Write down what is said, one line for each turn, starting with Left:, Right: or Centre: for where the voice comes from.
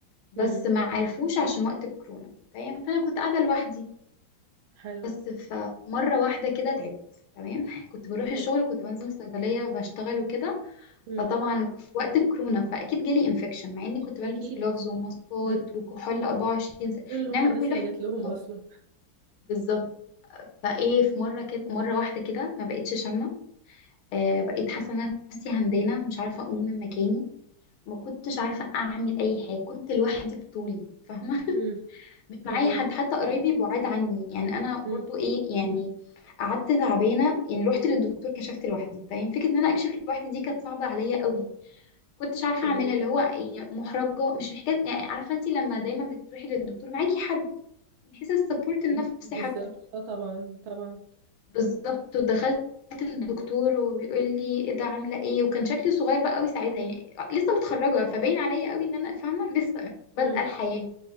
Left: بس
Right: امم
Left: ما عرفوش عشان وقت الكورونا تمام فانا كنت قاعده لوحدي
Right: حلو
Left: بس فمره واحده كده تعبت تمام كنت بروح الشغل
Right: اوف
Left: كنت بنزل صيدليه بشتغل وكده
Right: امم
Left: فطبعا وقت الكورونا فاكيد جالي انفكشن مع اني كنت بلبس
Right: اكيد
Left: جلوفز وماسكات
Right: امم
Left: وكحول 24 ساعه
Right: دول اللي هم
Left: نعمل
Right: الناس
Left: كل
Right: اللي
Left: احتياطاتنا
Right: جات لهم اصلا
Left: بالظبط فايه في مره كده مره واحده كده ما بقتش شامه آه بقيت حاسه إن أنا نفسي همدانه مش عارفه اقوم من مكاني ما كنتش عارفه اعمل اي حاجه كنت لوحدي بطولي فاهمه
Right: امم
Left: مش
Right: فاهمك
Left: معايا حد حتى قرايبي بعاد عني يعني انا
Right: امم
Left: برضو ايه يعني قعدت تعبانه يعني رحت للدكتور كشفت لوحدي فاهم فكره ان انا اكشف لوحدي دي كانت صعبه عليا قوي كنتش عارفه
Right: فاهمك
Left: اعملها اللي هو يعني محرجه مش محتاج يعني عارفه انت لما دايما بتروحي للدكتور معاكي حد من حيث السبورت النفسي
Right: بالظبط
Left: حتى
Right: اه طبعا طبعا
Left: بالظبط ودخلت الدكتور وبيقول لي ايه ده عامله ايه وكان شكلي صغير بقى قوي ساعتها يعني لسه متخرجه فباين عليا قوي ان انا فاهمه لسه بادئه
Right: امم
Left: الحياه